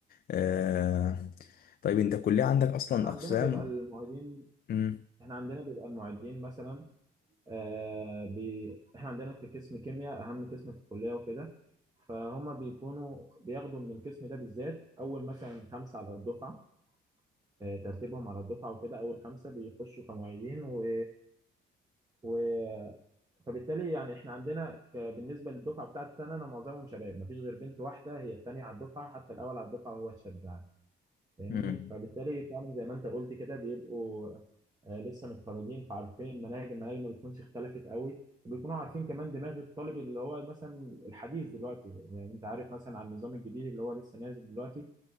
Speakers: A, on the left; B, on the right.
A: آه، طيب انت الكلية عندك اصلا
B: احنا
A: اقسام
B: عندنا بيبقى المعيدين
A: امم
B: احنا عندنا بيبقى المعيدين مثلا آه بي... احنا عندنا كقسم كيمياء اهم قسم في الكليه وكده فهم بيكونوا بياخدوا من القسم ده بالذات اول مثلا خمسه على الدفعه آه ترتيبهم على الدفعه وكده اول خمسه بيخشوا كمعيدين و... و... فبالتالي يعني احنا عندنا ك... بالنسبه للدفعه بتاعتنا انا معظمهم شباب مفيش غير بنت واحده هي الثانيه على الدفعه حتى الاول على الدفعه هو الشاب يعني. فاهمني
A: امم
B: فبالتالي فعلا زي ما انت قلت كده بيبقوا آه، لسه متخرجين فعارفين المناهج المناهج ما بتكونش اختلفت قوي وبيكونوا عارفين كمان دماغ الطالب اللي هو مثلا الحديث دلوقتي زي ما انت عارف مثلا عن النظام الجديد اللي هو لسه نازل دلوقتي